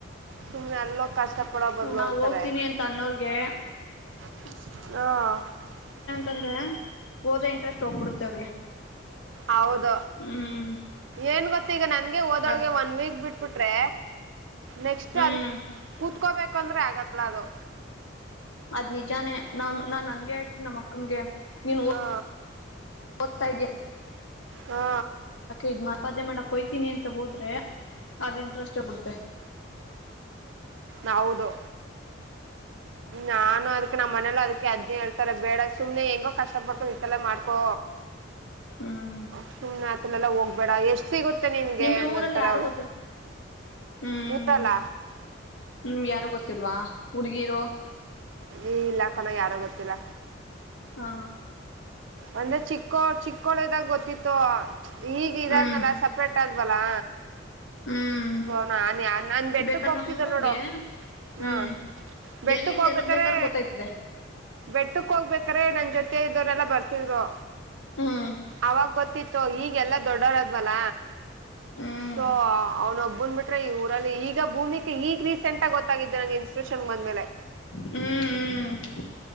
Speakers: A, on the right; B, on the left.
A: ಸುಮ್ಮ್ನೆ ಎಲ್ಲೋ ಕಷ್ಟ ಪಡೋ ಬದ್ಲು
B: ನಾ್
A: ಅಂತಾರೆ
B: ಹೋಗ್ತೀನಿ ಅಂತ ಅನ್ನೋರ್ಗೆ ಎ
A: ಹಾ
B: ತಂದ್ರೆ ಹೋದ ಇಂಟರೆಸ್ಟ್ ಹೋಗ್ಬಿಡುತ್ತೆ ಅವ್ರಿಗೆ
A: ಹೌದ
B: ಹ್ಮ್
A: ಏನ್ ಗತ್ತ ಈಗ ನಂತ ಹೋದೊಳಗೆ
B: ಅದ್
A: ಒನ್ ವೀಕ್ ಬಿಟ್ಟು ಬಿಟ್ರೆ ನೆಕ್ಸ್ಟ್
B: ಹ್ಮ್
A: ಅದ ಕೂತ್ಕೋಬೇಕುಂದ್ರೆ ಆಗ ಅಲದು
B: ಅದ್ ನಿಜಾನೇ ನಾ ನಾನ್ ಹಂಗೆ ಹೇಳ್ತೀನಿ ನಮ್ಮ ಅಕ್ಕಂಗೆ ನೀನ್
A: ಹಾ
B: <inaudible> ತಾ
A: ಹಾ
B: ಇದ ಮಾಡ ಕೊ ಅಂತ ಹೋದ್ರೆ ಅ ಇಷ್ಟಪಡತ್ತೆ
A: ನೌದು ನಾನು ಅದ್ ನಮ್ಮ ಮನೇಲ್ಲ ಅದಕ್ಕೆ ಅದ್ನೇ ಹೇಳ್ತಾರೆ ಬೇಡ ಸುಮ್ನೆ ಹೆಂಗೋ ಕಷ್ಟ ಪಡ್ಕೊಂಡ ಇತ್ತಲ್ಲ ಮಾಡ್ಕೊ
B: ಹ್ಮ್
A: ಸೋಮನಾಥ ಲ್ಲ ಹೋಗ್ಬೇಡ ಎಷ್ಟು ಸಿಗುತ್ತೆ ಮತ್ತೆ ನಿನ್್ಗೆ
B: ನಿಮ್ಗೆ
A: ಹಂಗಂತಾರ
B: ಊರಲ್ಲಿ ಯಾರು
A: ಅವರು
B: ಗೊತ್ತಿಲ್ಲ ಹ್ಮ್
A: ಊರಲ್ಲ
B: ಹ್ಮ್ ಯಾರು ಗೊತ್ತಿಲ್ವಾ ಹುಡ್ಗಿರು
A: ಈ ಇಲ್ಲಾಖನ ಯಾರೋ ಗೊತ್ತಿಲ್ಲ
B: ಹಾ
A: ಒಂದ್ರೆ ಚಿಕ್ಕೋ ಚಿಕ್ಕಳದಾಗ ಗೊತ್ತಿತ್ತು ಈಗ ಇದಂದಲ್ಲ
B: ಹ್ಮ್
A: ಸಪ್ರೇಟ್ ಆದ ಲಾ
B: ಹ್ಮ್
A: ಹಓ ನನ್ ಯ ನಾನ್ ಬೆಟ್ಟಕ್
B: ಬೇಕಾದ್ರೆ
A: ಹೋಗ್ತಿದ್ದ
B: ನಮ್ಮೂರವ್ರಿಗೆ
A: ನೋಡೋ ಹಾ
B: ಹ್ಮ್
A: ಬೆಟ್ಟಕ್
B: ಎಲ್ಲಿಂದ
A: ಹೋಗ್ಬೇಕ್ರೆ
B: ಎಲ್ಗ್ ಬೇಕಾದ್ರೂ ಗೊತ್ತಾಯ್ತದೆ
A: ಬೆಟ್ಟಕ್ ಹೋಗ್ಬೇಕ್ರೆ ನ ಜೊತೆ ಇದ್ದವರೆಲ್ಲಾ ಬರ್ತಿದ್ರು
B: ಹ್ಮ್
A: ಅವಾಗ ಗೊತ್ತಿತ್ತು ಈಗೆಲ್ಲಾ ದೊಡ್ಡವರಾದ ಬಲ
B: ಹ್ಮ್
A: ಹ ಅನು ಬಂದ್ ಬಿಟ್ರೆ ಈ ಊರಲ್ಲಿ ಈಗ ಭೂಮಿಿಗೆ ಈಗ ರೀಸೆಂಟ್ಟಗಿ ಗೊತ್ತಾಗಿದ್ದೆ ನಂಗೆ ಇನ್ಟಿಟ್ಯೂಷನ್ ಬಂದ್ಮೇಲೆ
B: ಹ್ಮ್ ಹ್ಮ್